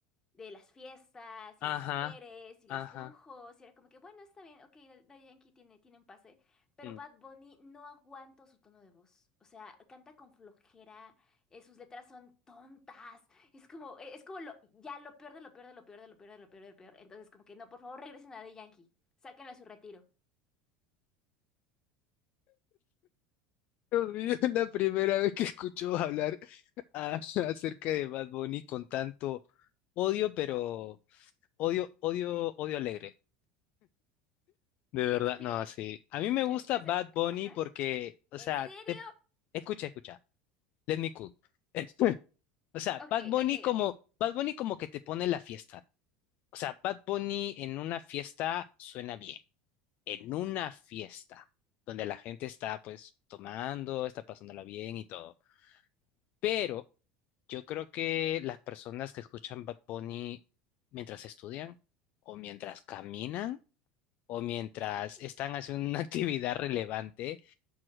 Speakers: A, on the left; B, on the left.
A: de las fiestas
B: ajá,
A: y las mujeres y
B: ajá.
A: los lujos. Y era como que, bueno, está bien, ok, Dad- Daddy Yankee tiene, tiene un pase, pero
B: mm.
A: Bad Bunny no aguanto su tono de voz. O sea, canta con flojera, eh, sus letras son tontas. Es como, eh, es como lo, ya lo peor de lo peor de lo peor de lo peor de lo peor de lo peor. Entonces, como que no, por favor, regresen a Daddy Yankee. Sáquenlo a su retiro.
B: Dios mío, <laughs> la primera vez que escucho hablar a- <laughs> acerca de Bad Bunny con tanto odio, pero odio, odio, odio alegre. De verdad,
A: Fíjate,
B: no, sí. A mí me
A: ¿qué,
B: gusta
A: qué hacer?
B: Bad Bunny
A: Ajá.
B: porque, o
A: ¿En
B: sea,
A: serio?
B: te... escucha, escucha. Let me cook. <laughs> O sea,
A: Ok,
B: Bad Bunny
A: ok,
B: como, Bad Bunny como que te pone la fiesta. O sea, Bad Bunny en una fiesta suena bien. En una fiesta donde la gente está pues tomando, está pasándola bien y todo. Pero yo creo que las personas que escuchan Bad Bunny mientras estudian o mientras caminan o mientras
A: ok.
B: están haciendo una <laughs> actividad relevante